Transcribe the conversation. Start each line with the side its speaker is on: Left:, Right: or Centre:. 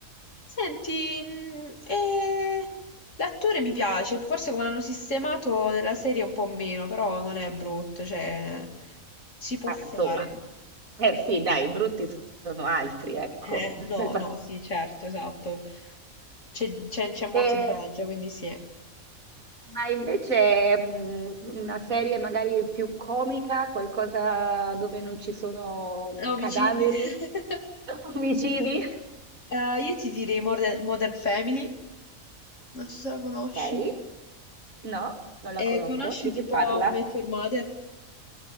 Left: Senti, mm, eh, l'attore mi piace, forse come l'hanno sistemato nella serie un po' meno, però non è brutto, cioè si può
Right: Eh,
Left: fare.
Right: insomma, eh sì dai, brutti sono altri, ecco.
Left: Eh,
Right: <laughs>
Left: no,
Right: Esa
Left: no, sì, certo, esatto. C'è c'è- c'è molto
Right: Ehm,
Left: di peggio, quindi sì.
Right: ma invece, mhmm, una serie magari più comica, qualcosa dove non ci sono mh,
Left: Omicidi.
Right: cadaveri,
Left: <laughs>
Right: <laughs> omicidi?
Left: Eh, io ti direi Modern, Modern Family. Non so se la conosci.
Right: Okay. No, non la conosco.
Left: E conosci
Right: Di
Left: tipo
Right: che parla?
Left: How I Met Your Mother?